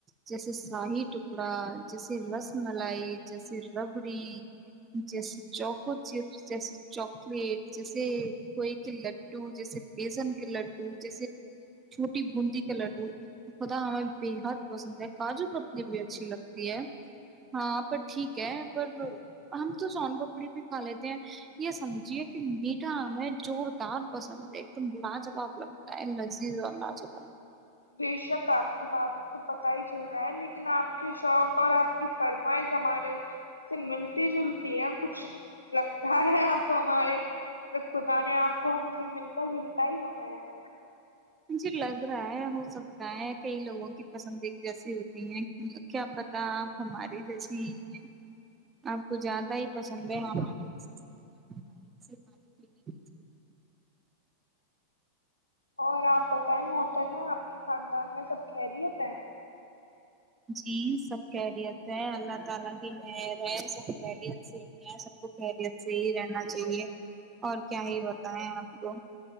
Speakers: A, on the right (about 20°); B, on the left (about 80°).
A: جیسے شاہی ٹکڑا جیسے رس ملائی جیسے ربڑی جیسے چوک چپس جیسے چاکلیٹ جیسے کوئی کے لڈو جیسے بیسن کے لڈو جیسے چھوٹی بندی لڈو خدا ہمیں بےحد پسند ہے کاجو کپڑی بھی اچھی لگتی ہے ہاں پر ٹھیک ہے پر ہم تو سون پپڑی بھی کھا لیتے ہیں یہ سمجھیے کہ میٹھا ہمیں زوردار پسند ہے ایک دم لاجواب لگتا ہے لذیذ اور لاجواب
B: بے شک آپ کی باتوں سے پتا پت ہی چل رہا ہے لیکن آپ کے شوق اور آپ کی فرمائش ہمارے سے ملتی جلتی ہے کچھ لگتا ہے آپ ہمارے جب خدا نے آپ کو ہم سے ملتا جلتا ہی بنایا ہے
A: جی لگ رہا ہے ہو سکتا ہے کئی لوگوں کی پسندید جیسی ہوتی ہے کیا پتا آپ ہماریے جیسی ہی ہیں آپ کو زیادہ ہی پسند ہے ہمارے جسے سامان ہمارے جے پے پینے کی چیز
B: اور آپ بتائیں محتر نا آپ کے خاندان میں سب خیریت ہے
A: جی سب خیریت ہے اللہ تعالی کی مر ہے سب خیریت سے ہی ہے سب کو خیریت سے ہی رہنا چاہیے اور کیا ہی بتائیں آپ کو